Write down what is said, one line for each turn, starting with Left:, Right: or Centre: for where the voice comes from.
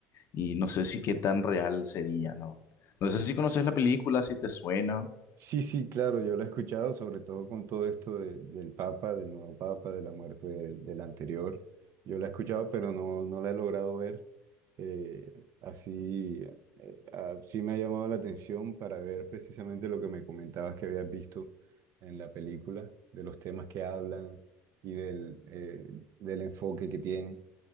Left: Y no sé si qué tan real sería, ¿no? No sé si conoces la película, si te suena.
Right: Sí, sí, claro, yo lo he escuchado, sobre todo con todo esto de- del Papa, del nuevo Papa, de la muerte del, del anterior. Yo lo he escuchado, pero no, no la he logrado ver. Eh, así, eh, ah, sí me ha llamado la atención para ver precisamente lo que me comentabas que habías visto en la película, de los temas que hablan y del, eh, del enfoque que tiene.